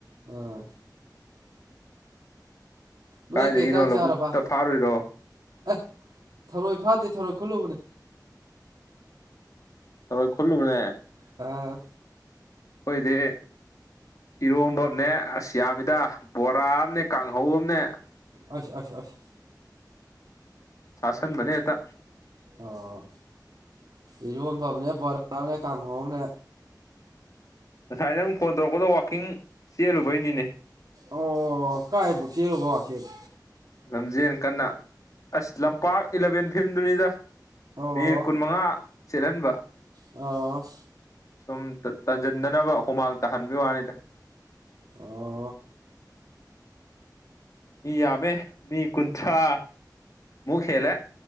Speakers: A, on the right; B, on the left.
A: ꯑꯥ ꯅꯣꯏ
B: ꯀꯥꯏꯗꯒꯤꯅꯣ
A: ꯀꯩ ꯌꯦꯟꯖꯥꯡ
B: ꯂꯧꯕꯨꯛꯇ
A: ꯆꯥꯔꯕ
B: ꯐꯥꯔꯨꯏꯔꯣ
A: ꯑꯦ ꯊꯔꯣꯏ ꯐꯥꯗꯦ ꯊꯔꯣꯏ ꯈꯨꯜꯂꯨꯕꯅꯦ
B: ꯊꯔꯣꯏ ꯈꯨꯜꯂꯨꯕꯅꯦ
A: ꯑꯥ
B: ꯑꯩꯈꯣꯏꯗꯤ ꯏꯔꯣꯝꯕꯝꯅꯦ ꯑꯁ ꯌꯥꯝꯃꯤꯗ ꯕꯣꯔꯥ ꯑꯃꯅꯦ ꯀꯥꯡ ꯀꯪꯍꯧ ꯑꯃꯅꯦ
A: ꯑꯁ ꯑꯁ ꯑꯁ
B: ꯆꯥꯁꯤꯟꯕꯅꯦ ꯍꯦꯛꯇ
A: ꯑꯥ ꯏꯔꯣꯟꯕ ꯑꯝꯅꯦ ꯕꯣꯔꯥ ꯑꯝꯅꯦ ꯀꯥꯡꯍꯧ ꯑꯝꯅꯦ
B: ꯉꯁꯥꯏ ꯅꯪ ꯐꯣꯟ ꯇꯧꯔꯛꯄꯗꯣ ꯋꯥꯛꯀꯤꯡ ꯆꯦꯜꯂꯨꯕꯩꯅꯤꯅꯦ
A: ꯑꯣ ꯀꯥꯏꯕꯣꯛ ꯆꯦꯜꯂꯨꯕ ꯋꯥꯛꯀꯤꯡ
B: ꯂꯝꯖꯦꯜ ꯀꯟꯅ ꯑꯁ ꯂꯝꯄꯥꯛ ꯏꯂꯚꯦꯟ ꯐꯤꯐꯗꯨꯅꯤꯗ
A: ꯑꯣ
B: ꯃꯤ ꯀꯨꯟꯃꯉꯥ ꯆꯦꯜꯍꯟꯕ
A: ꯑꯣ
B: ꯁꯨꯝ ꯇꯟꯁꯤꯟꯗꯅꯕ ꯍꯨꯃꯥꯡ ꯇꯥꯍꯟꯕꯒꯤ ꯋꯥꯅꯤꯗ
A: ꯑꯣ
B: ꯃꯤ ꯌꯥꯝꯃꯦ ꯃꯤ ꯀꯨꯟꯊ꯭ꯔꯥ ꯃꯨꯛ ꯍꯦꯜꯂꯦ